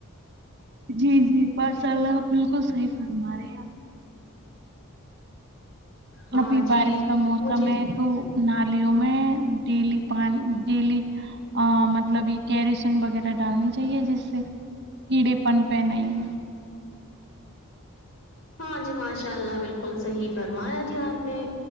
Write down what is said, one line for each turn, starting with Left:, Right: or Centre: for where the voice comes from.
Right: جی جی ما شا اللہ آپ بالکل صحیح فرمارہے آپ
Left: ہاں
Right: ابھی
Left: جی
Right: بارش کا موسم
Left: مجھے
Right: ہے تو نالیوں میں ڈیلی پان ڈیلی ا مطلب یہ کیریسن وغیرہ ڈالنی چاہیے جس سے کیڑے پن پہ نہیں
Left: ہاں جی ماشاء اللہ بالکل صحیح فرمایا جی آپ نے